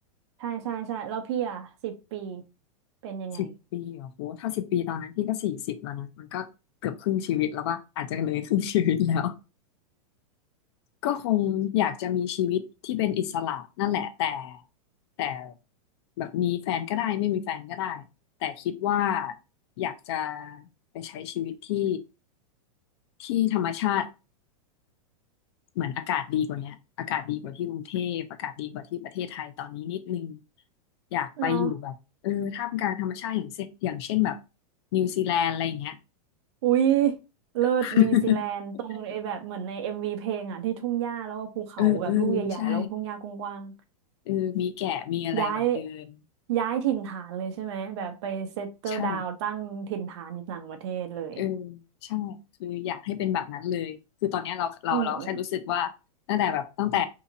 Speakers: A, on the right; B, on the left.
A: ใช่ใช่ใช่แล้วพี่อ่ะสิบปีเป็นยังไง
B: สิบปีเหรอโหถ้าสิบปีตอนนั้นพี่ก็สี่สิบแล้วนะมันก็เกือบครึ่งชีวิตแล้วป่ะอาจจะเลยครึ่งชีวิตแล้ว ก็คงอยากจะมีชีวิตที่เป็นอิสระนั่นแหละแต่แต่แบบมีแฟนก็ได้ไม่มีแฟนก็ได้แต่คิดว่าอยากจะไปใช้ชีวิตที่ที่ธรรมชาติเหมือนอากาศดีกว่าเนี้ยอากาศดีกว่าที่กรุงเทพอากาศดีกว่าที่ประเทศไทยตอนนี้นิดนึงอยากไปอยู่แบบเออท่ามกลางธรรมชาติอย่างเช่นอย่างเช่นแบบ
A: เนาะ
B: นิวซีแลนด์อะไรอย่างเงี้ย
A: อุ๊ยเลิศนิวซีแลนด์ตรงไอ้แบบเหมือนในเอ็มวีเพลงอ่ะที่ทุ่งหญ้าแล้วก็ภูเขาแบบลูกใหญ่ๆแล้วทุ่งหญ้ากว้าง
B: <laughs> เออเออใช่เออมีแกะมีอะไรแบบเดิน
A: ๆย้ายย้ายถิ่นฐานเลยใช่ไหมแบบไปเซตเติลดาวตั้งถิ่นฐานอยู่ต่างประเทศเลย
B: ใช่ เออใช่คืออยากให้เป็นแบบนั้นเลยคือตอนเนี้ยเราเราเราแค่รู้สึกว่าตั้งแต่แบบตั้งแต่
A: อืมอืม